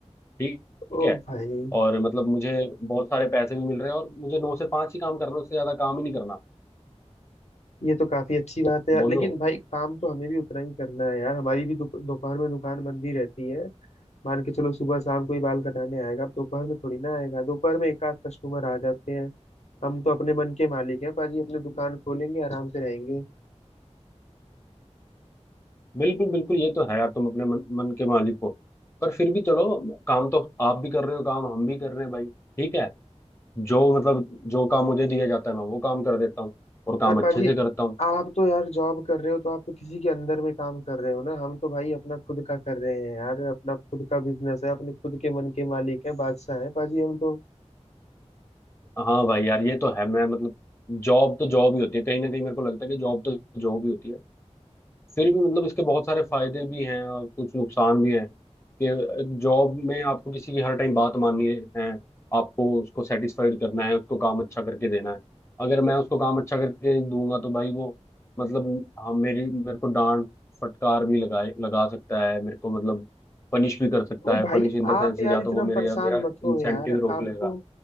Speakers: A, on the left; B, on the left.
A: ठीक ठीक
B: ओ
A: है
B: भाई
A: और मतलब मुझे बहुत सारे पैसे भी मिल रहे हैं और मुझे नौ से पाँच ही काम करना उससे ज्यादा काम ही नहीं करना
B: ये तो काफी अच्छी बात है यार
A: बोलो
B: लेकिन भाई काम तो हमें भी उतना ही करना है यार हमारी भी दोप- दोपहर में दुकान बंद ही रहती है मान के चलो सुबह शाम कोई बाल कटाने आएगा अब दोपहर में थोड़ी ना आएगा दोपहर में एक आध कस्टमर आ जाते हैं हम तो अपने मन के मालिक हैं पाजी अपने दुकान खोलेंगे आराम से रहेंगे
A: बिल्कुल बिल्कुल ये तो है यार तुम अपने मन, मन के मालिक हो पर फिर भी चलो काम तो आप भी कर रहे हो काम हम भी कर रहे हैं भाई ठीक है जो मतलब जो काम मुझे दिया जाता है मैं वो काम कर देता हूँ और काम
B: पर पाजी
A: अच्छे से करता हूँ
B: आप तो यार जॉब कर रहे हो तो आप तो किसी के अंदर में काम कर रहे हो ना हम तो भाई अपना खुद का कर रहे हैं यार अपना खुद का बिजनेस है अपने खुद के मन के मालिक हैं बादशाह हैं पाजी हम तो
A: हाँ भाई यार ये तो है मैं मतलब जॉब तो जॉब ही होती है कहीं ना कहीं मेरे को लगता है कि जॉब तो जॉब ही होती है फिर भी मतलब इसके बहुत सारे फायदे भी हैं और कुछ नुकसान भी हैं कि जॉब में आपको किसी की हर टाइम बात माननी है आपको उसको सेटिस्फाइड करना है उसको काम अच्छा करके देना है अगर मैं उसको काम अच्छा करके दूंगा तो भाई वो मतलब हाँ मेरी मेरे को डांट फटकार भी लगाए लगा सकता है मेरे को मतलब पनिश भी कर सकता
B: वो
A: है
B: भाई
A: पनिश इन द
B: आप
A: सेंस
B: यार
A: या
B: इतना
A: तो वो मेरे
B: परेशान
A: या मेरा
B: मत हो
A: इंसेंटिव
B: यार
A: रोक
B: आपको
A: लेगा